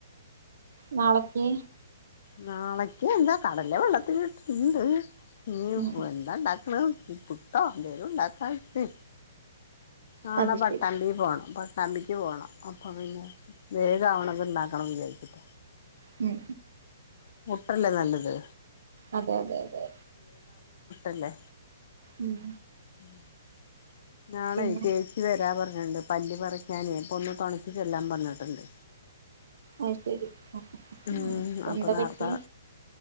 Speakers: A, on the right (about 65°); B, on the left (about 55°).
A: നാളെക്ക്
B: നാളക്ക് എന്താ കടല വെള്ളത്തില് ഇട്ടിട്ടുണ്ട് ഇനിപ്പോ
A: ഉം
B: എന്താ ഉണ്ടാക്.. കള് ഈ പുട്ടോ? എന്തേലുമുണ്ടാക്കാം ഇട്ട് നാളെ
A: അത്
B: പട്ടാമ്പി
A: ശരി
B: പോണം പ ട്ടാമ്പിക്ക് പോണം അപ്പം പിന്നെ വേഗ ആവണത് ഉണ്ടാക്കണം വിചാരിച്ചിട്ട
A: ഉം...
B: പ്ളല്ലേ നല്ലത്
A: അതെ അതെ അതെ...
B: അല്ലേ
A: ഉം
B: ഉം <inaudible> നാളെ
A: പിന്നെ
B: ചേച്ചി വരാ പറഞ് ന്റെ പല്ല്പറിക്കാനേ അപ്പൊന്ന് തനിച്ച് ചെല്ലാം പറഞ്ഞിട്ടുണ്ട്
A: അയിശരി ആ മ്മ്
B: ഉം അപ്പൊ
A: എന്താപറ്റിയേ?
B: നേർത്തെ